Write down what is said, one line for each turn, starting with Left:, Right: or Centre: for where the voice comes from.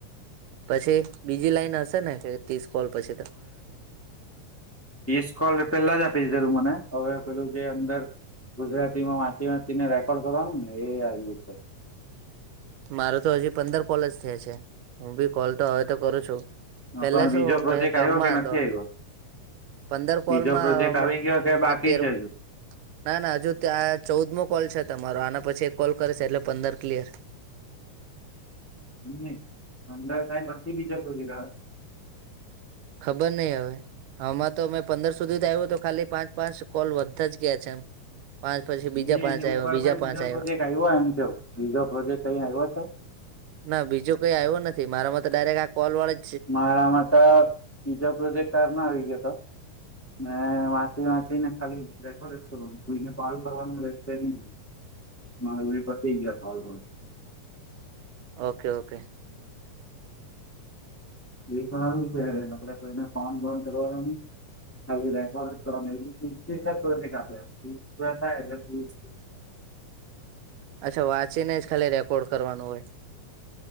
Right: પછી બીજી લાઈન હશે ને કે ત્રીસ કોલ પછી ત?
Centre: ઈસકોલ પેલા જ આપી દીધેલું મને અવે પેલું જે અંદર ગુજરાતીમાં વાચી વાંચી ને રેકોર્ડ કરવાનું ને એ આવ્યું છે.
Right: મારો તો હજી પંદર કોલ જ થયા છે, હું બી કોલ તો હવે તો કરું છું. પેલે
Centre: પણ
Right: શું
Centre: બીજો પ્રોજેક્ટ
Right: મેં કામમાં
Centre: આવ્યો કે
Right: હતો
Centre: નથી આવ્યો
Right: પંદર કોલમાં
Centre: બીજો પ્રોજેક્ટ
Right: હમણાં
Centre: આવી ગયો કે બાકી
Right: આ તેર
Centre: છે હજુ
Right: ના ના હજુ ત્યાં ચૌદમો કોલ છે, તમારો આના પછી એક કોલ કરશે એટલે પંદર ક્લિયર
Centre: <inaudible>
Right: ખબર નય અવે હમાં તો મે પંદર સુધી જ આવ્યું તો ખાલી પાંચ પાંચ કોલ વધતા જ ગયા છે, એમ પાંચ પછી બીજા
Centre: ની
Right: પાંચ
Centre: એની ઉપર
Right: આવ્યા બીજા
Centre: પર બીજો
Right: પાંચ આવ્યા
Centre: ધોધ એક આવ્યો એમ કેવ બીજો પ્રદેશ <unintelligible> છે.
Right: ના બીજું કઈ આવ્યો નથી મારામાં તો ડાયરેક્ટ આ કોલ વાળા
Centre: મારામાં તો બીજો પ્રોજેક્ટ તારમાં આવી ગયો ત મે વા ચી વાંચી ને ખાલી રેકોર્ડ કરવાનુ કોઈને પાલ કરવાનું રેશે ની <inaudible>
Right: ઓકે ઓકે
Centre: એ સારું છે, આપડે કોઈને ફોન બોન કરવાનુ ની <inaudible>
Right: અચ્છા વાંચીને જ ખાલી રેકોર્ડ કરવાનું હોય